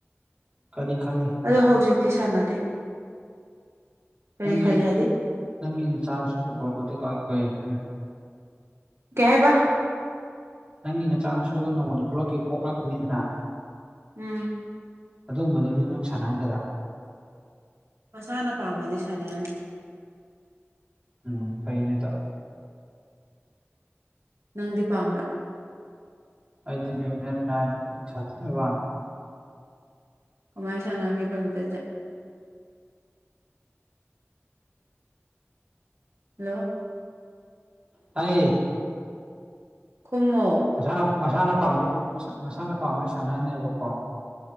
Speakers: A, on the right; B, on the right.
A: ꯀꯔꯤ ꯈꯜꯂꯤ
B: ꯑꯗꯣ ꯍꯧꯖꯤꯛꯇꯤ ꯁꯥꯟꯅꯗꯦ ꯀꯔꯤ
A: ꯅꯪꯒꯤ
B: ꯈꯜꯂꯤ ꯍꯥꯏꯗꯤ
A: ꯅꯪꯒꯤ ꯅꯆꯥ ꯅꯁꯨ ꯄ꯭ꯔꯣꯄꯔꯇꯤ ꯀꯥꯏ ꯀꯣꯏ ꯎꯝ
B: ꯀꯩ ꯍꯥꯏꯕ
A: ꯅꯪꯒꯤ ꯅꯆꯥꯅ ꯁꯣꯏꯒ ꯅꯣꯡꯃꯗꯤ ꯄꯨꯂꯛ ꯄꯣꯛꯂꯛꯈꯤꯕꯅꯤꯗꯅ
B: ꯎꯝ
A: ꯑꯗꯨꯒꯨꯝꯕꯗꯨꯅꯤ ꯅꯪ ꯁꯥꯟꯅꯍꯟꯒꯗ꯭ꯔꯥ
B: ꯃꯁꯥꯅ ꯄꯥꯝꯃꯗꯤ ꯁꯥꯟꯅꯍꯟꯅꯤ
A: ꯎ ꯐꯩꯅꯗꫭ
B: ꯅꯪꯗꯤ ꯄꯥꯝꯕ
A: ꯑꯩꯗꯤꯡ UNINTELLIGIBLE
B: ꯀꯃꯥꯏꯅ ꯁꯥꯟꯅꯒꯦ ꯕꯦꯠꯗꯃꯤꯟꯇꯟꯁꯦ ꯍꯜꯂꯣ
A: ꯇꯥꯥꯏꯌꯦ
B: ꯈꯨꯃꫭ
A: ꯁꯥꯅ ꯃꯁꯥꯅ ꯄꯥ ꯃꯁꯥꯅ ꯄꯥꯝꯕꯗꯤ ꯁꯥꯟꯅꯅꯦꯕ ꯑ